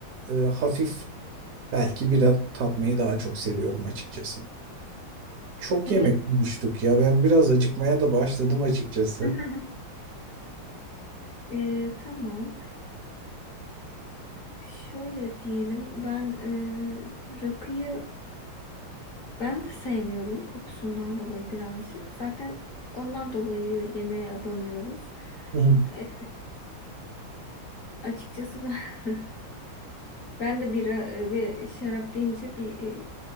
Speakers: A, on the right; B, on the left.
A: e, hafif belki bira tatmayı daha çok seviyorum açıkçası. Çok
B: Evet.
A: yemek konuştuk ya ben biraz acıkmaya da başladım açıkçası.
B: <laughs> E, tamam. Şöyle diyelim. Ben e, rakıyı ben de sevmiyorum kokusundan dolayı birazcık. Zaten ondan dolayı yemeğe abanıyoruz.
A: Hı hı.
B: E, açıkçası ben <laughs> Ben de bira e, ve şarap deyince bir e,